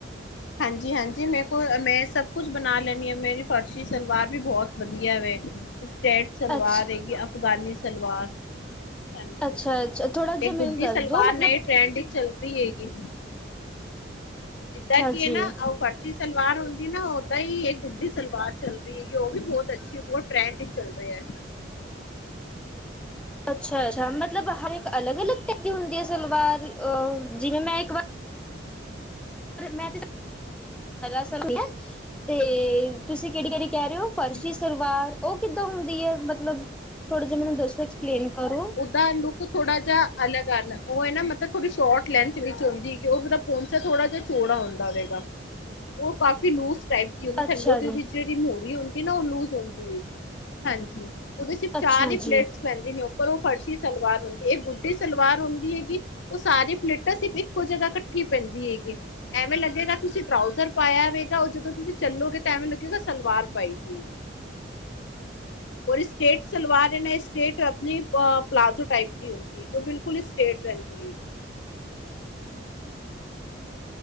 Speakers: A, on the left (about 70°); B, in the centre.
A: ਹਾਂਜੀ-ਹਾਂਜੀ, ਮੇਰੇ ਕੋਲ ਮੈਂ ਸਭ ਕੁਛ ਬਣਾ ਲੈਨੀ ਆ ਮੇਰੀ ਫਰਸ਼ੀ ਸਲਵਾਰ ਵੀ ਬਹੁਤ ਵਧੀਆ ਵੇ ਸਟੇਟ ਸਲਵਾਰ
B: ਅੱਛਾ
A: ਹੈਗੀ, ਅਫਗਾਨੀ ਸਲਵਾਰ ਹਾਂਜੀ
B: ਅੱਛਾ ਅੱਛਾ ਥੋੜ੍ਹਾ ਜਿਹਾ
A: ਤੇ
B: ਮੈਨੂੰ
A: ਗੁੱਡੀ
B: ਦੱਸ
A: ਸਲਵਾਰ
B: ਦਿਉ ਮਤਲਬ
A: ਨ‌ਏ ਟਰੈਂਡ ਵਿਚ ਚੱਲਦੀ ਹੈਗੀ। ਜਿੱਦਾਂ
B: ਅੱਛਾ
A: ਕੀ
B: ਜੀ
A: ਏ ਨਾ ਆਓ ਕ <unintelligible> ਸਲਵਾਰ ਹੁੰਦੀ ਨਾ ਓਦਾਂ ਹੀ ਏਹ ਗੁੱਡੀ ਸਲਵਾਰ ਚੱਲ ਰਹੀ ਹੈਗੀ ਓ ਵੀ ਬਹੁਤ ਅੱਛੀ ਬਹੁਤ ਟਰੈਂਡ ਚੱਲ ਰਿਹਾ।
B: ਅੱਛਾ-ਅੱਛਾ ਮਤਲਬ ਹਰ ਇੱਕ ਅਲੱਗ-ਅਲੱਗ ਟੈਪ ਦੀ ਹੁੰਦੀ ਆ ਸਲਵਾਰ ਅਹ ਜਿਵੇਂ ਮੈਂ ਇੱਕ ਵਾਰ ਮੈਂ ਤੇ ਸਰ <unintelligible> ਤੇ ਤੁਸੀਂ ਕਿਹੜੀ-ਕਿਹੜੀ ਕਹਿ ਰਹੇ ਓ
A: ਹੂੰ
B: ਫਰਸ਼ੀ
A: ਹੂੰ।
B: ਸਰਲਵਾਰ ਓ ਕਿੱਦਾਂ ਹੁੰਦੀ ਐ ਮਤਲਬ। ਥੋੜੀ ਜੀ ਮੈਨੂੰ ਦੱਸੋ ਐਕਸਪਲੇਨ ਕਰੋ।
A: ਦਾ ਲੁੱਕ ਥੋੜਾ ਜਾ ਅਲੱਗ ਅਲ ਓ ਐ ਨਾ ਮਤਲਬ ਥੋੜੀ ਸ਼ੋਰਟ ਲੈਂਥ ਵਿੱਚ ਹੁੰਦੀ ਗੀ ਓ ਪਹੋਚਾ ਥੋੜਾ ਜਾ ਚੋੜਾ ਹੁੰਦਾ ਵੇ ਗਾ ਓ ਕਾਫੀ ਲੂਜ ਟੈਪ ਦੀ ਹੁੰਦੀ
B: ਅੱਛਾ
A: ਥੱਲੋ ਦੀ
B: ਜੀ
A: ਓਹਦੀ ਜਿਹੜੀ ਮੂਹਰੀ ਹੁੰਦੀ ਨਾ ਓ ਲੂਜ ਹੁੰਦੀ ਏ, ਹਾਂਜੀ। ਓਦੇ ਚ ਸਿਰਫ਼
B: ਅੱਛਾ
A: ਚਾਰ ਹੀ
B: ਜੀ
A: ਪਲੇਟਸ ਪੈਂਦੇ ਨੇ ਓਪਰ ਓਫਰਸ਼ੀ ਸਲਵਾਰ ਹੁੰਦੀ ਏ, ਏਹ ਗੁੱਡੀ ਸਲਵਾਰ ਹੁੰਦੀ ਹੈਗੀ। ਓ ਸਾਰੀਆਂ ਪਲੇਟਾਂ ਸਿਰਫ ਇੱਕੋ ਜਗਾ ਕੱਠੀ ਪੈਂਦੀ ਹੈਗੀ। ਐਵੇਂ ਲੱਗੇਗਾ ਤੁਸੀਂ ਟਰਾਊਜ਼ਰ ਪਾਇਆ ਵੇ ਗਾ। ਓ ਜਦੋਂ ਤੁਸੀਂ ਚੱਲੋਗੇ ਤਾਂ ਐਵੇਂ ਲੱਗੇਗਾ ਸਲਵਾਰ ਪਾਈ ਦੀ। ਔਰ ਏ ਸਟੇਟ ਸਲਵਾਰ ਏ ਨਾ ਸਟੇਟ ਆਪਣੀ ਪਲਾਜ਼ੋ ਟਾਈਪ ਦੀ ਹੁੰਦੀ ਓ ਬਿਲਕੁਲ ਹੀ ਸਟੇਟ ਰਹਿੰਦੀ ਏ।